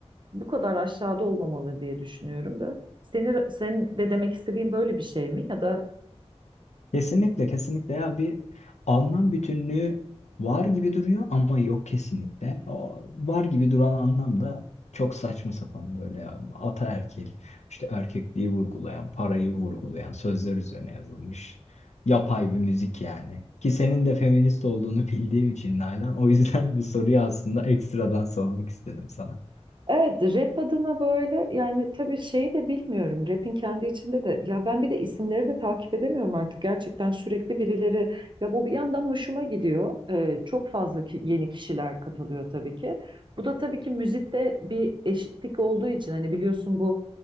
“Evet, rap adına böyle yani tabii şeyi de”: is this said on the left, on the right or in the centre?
Right